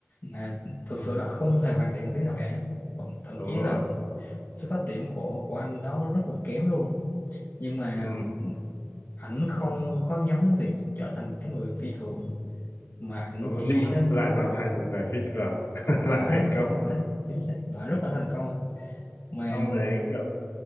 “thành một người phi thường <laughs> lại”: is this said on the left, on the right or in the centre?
Left